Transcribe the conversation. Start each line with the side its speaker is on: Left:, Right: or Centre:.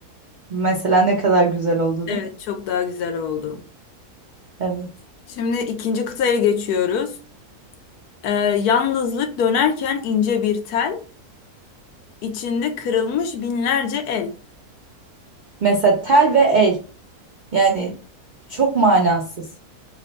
Right: Mesela ne kadar güzel oldu
Left: Evet,
Right: değil mi?
Left: çok daha güzel oldu.
Right: Evet.
Left: Şimdi ikinci kıtaya geçiyoruz. Ee, yalnızlık dönerken ince bir tel, içinde kırılmış binlerce el.
Right: Mesela tel ve el. Yani çok manasız.